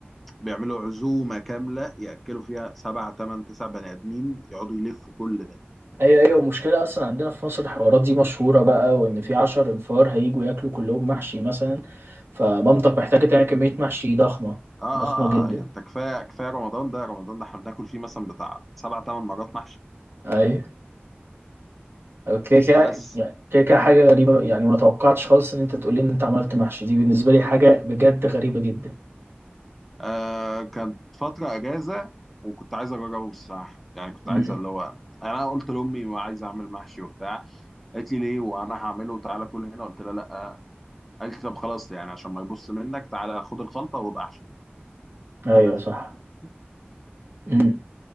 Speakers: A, in the centre; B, on the right.
A: بيعملوا عزومه كامله ياكلوا فيها سبع ثمان تسع بني ادمين يقعدوا يلفوا كل ده
B: ايوه ايوه المشكلة اصلا عندنا في مصر الحوارات دي مشهورة بقى وان في عشر انفار هيجوا ياكلوا كلهم محشي مثلا فمامتك محتاجة تعمل كمية محشي ضخمة
A: اه اه
B: ضخمة جدا
A: اه آه، يعني انت كفايه كفايه رمضان ده رمضان ده احنا بناكل فيه مثلا بتاع سبع ثمان مرات محشي
B: ايوه كده كده
A: بس
B: يعني كده كده حاجة غريبة يعني ما توقعتش خالص إن أنت تقول لي إن أنت عملت محشي دي بالنسبة لي حاجة بجد غريبة جدا
A: آه كانت فتره اجازه وكنت عايز اجربه الصراحه يعني كنت
B: امم
A: عايز اللي هو انا قلت لامي وعايز اعمل محشي وبتاع قالت لي ليه وانا هعمله تعالى كل هنا قلت لها لا قالت لي طب خلاص يعني عشان ما يبص منك تعالى خد الخلطه وابقى احشي
B: أيوه
A: بس
B: صح
A: هي كانت-
B: امم